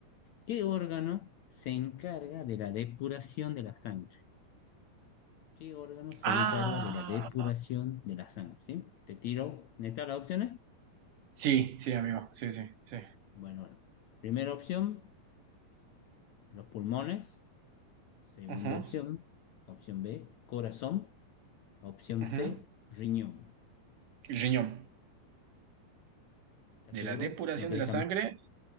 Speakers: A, on the left (about 70°); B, on the right (about 65°).
A: ¿Qué órgano se encarga de la depuración de la sangre? ¿Qué órgano se
B: ¡Ah!
A: encarga de la depuración de la sangre? ¿Sí? Te tiro, ¿necesitas las opciones?
B: Sí, sí, amigo, sí, sí, sí.
A: Bueno, bueno. Primera opción, los pulmones. Segunda
B: Ajá,
A: opción, opción B, corazón. Opción
B: ajá.
A: C, riñón.
B: El riñón.
A: ¿Estás
B: De
A: seguro?
B: la depuración
A: ¿No querés
B: de la
A: cambiar?
B: sangre,